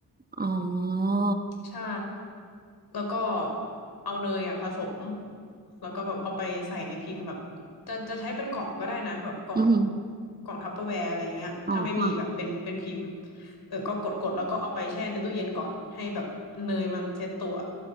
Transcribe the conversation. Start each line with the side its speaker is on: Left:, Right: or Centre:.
Right: อ๋อ
Left: ใช่ แล้วก็เอาเนยอ่ะผสมแล้วก็แบบเอาไปใส่ในพิมพ์แบบจะจะใช้เป็นกล่องก็ได้นะแบบกล่อง
Right: อืม
Left: กล่องทัปเปอร์แวร์อะไรเงี้ยถ้าไม่มีแบบเป็นเป็นพิมพ์
Right: อ๋อค่ะ
Left: เออก็กดกดแล้วก็เอาไปแช่ในตู้เย็นก่อนให้แบบเนยมันเซ็ตตัว